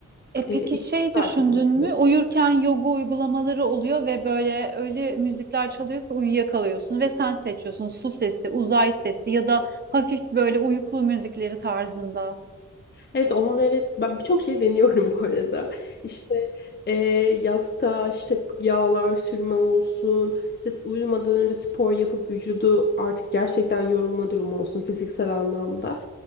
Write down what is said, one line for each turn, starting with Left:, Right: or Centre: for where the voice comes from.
Right: E
Left: Ee,
Right: peki
Left: iki
Right: şey
Left: saatlik
Right: düşündün
Left: uyku.
Right: mü? Uyurken yoga uygulamaları oluyor ve böyle öyle müzikler çalıyor ki uyuyakalıyorsun ve sen seçiyorsun su sesi, uzay sesi ya da hafif böyle uykulu müzikleri tarzında.
Left: Evet onları ben birçok şey deniyorum bu arada. İşte e, yastığa işte yağlar sürme olsun. İşte uyumadan önce spor yapıp vücudu artık gerçekten yorulma durumu olsun fiziksel anlamda.